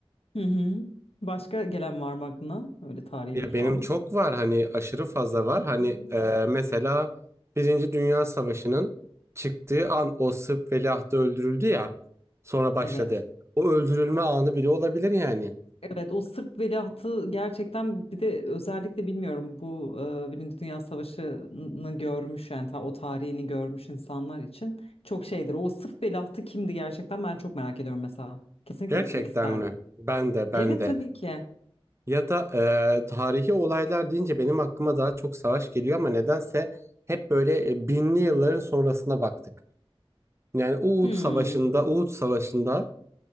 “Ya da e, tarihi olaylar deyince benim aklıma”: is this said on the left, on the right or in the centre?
Right